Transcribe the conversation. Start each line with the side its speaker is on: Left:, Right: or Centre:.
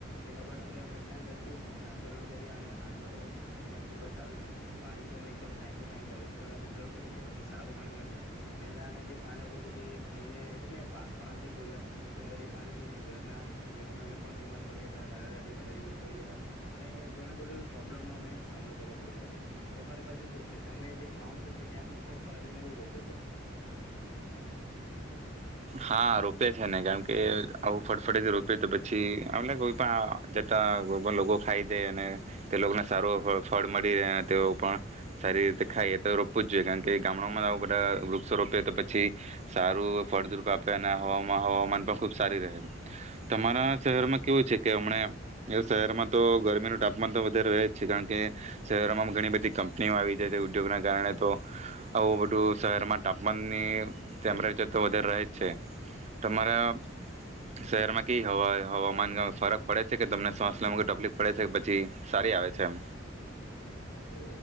Left: એ બાબત અંગે અમે ધ્યાન રાખ્યું અમે આંદોલન કર્યા અને હાલમાં તો અ અ્યાં ખૂબ જ સારું છે પાણી પણ એકદમ ટાઈમ ટુ ટાઈમ ચોવીસ કલાક ઉપલબ્ધ હોય છે અને સારું પાણી આવે છે પહેલાના જે પાણી આવતું હતું તે. પીને એટલે કે વાસ પણ આવતી કોઈ વાર કોઈ વાર પાણી પીને ઘરના જે અ પણ બીમાર પડી જતા દાદા દાદી બધા બીમાર પડી જ હતા અને ઘણ બધું પ્રોબ્લેમનોો અમે સામનો કરવો પડતો હતો તમારી બાજુ શું છે તમે જે ગ્રાઉન્ડ હોય છે ત્યાં હું ફળફળા દને એું રોપો છો.
Right: હા રોપ્યા છે ને કારમ કે આવું ફટફટેથી રોપ્યો તો પછી એમ કોઈ પણ. <unintelligible> અને તે લોકોને સારું ફળ મળી રહે અને તેઓ પણ સારી રીતે ખાઈ તો રોપવું જ જોઈએ કારણ કે ગામડામાં બધા વૃક્ષો રોપે તો પછી સારું. ફળદ્રપ આપે અને હવામાં હવામાન પણ ખૂબ સારી રહે તમારા શહેરમાં કેવું છે કે હમણાં એ શહેરમાં તો ગરમીનું તાપમાન તો વધારે રહે જ છે કારણ કે શહેરોમાં ઘણી બધી કંપનીઓ આવી જાય છે ઉદ્યોગના કારણે તો આવું બધું શહેરમાં તાપમાનની ટેમ્પરેચર તો વધારે રહે જ છે તમારા શહેરમાં કે હવા હવામાન ફરક પડે છે કે તમને શ્વાસ લમાં કોઈ તકલીફ પડે છે કે પછી સારી આવે છે એમ
Left: એમ તો